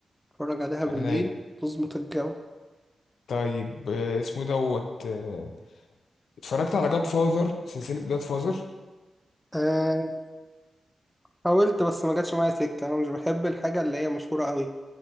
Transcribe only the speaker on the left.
عينيا
طيب آه، اسمه إيه دوت آه، اتفرجت على جاد فاذر سلسله جاد فاذر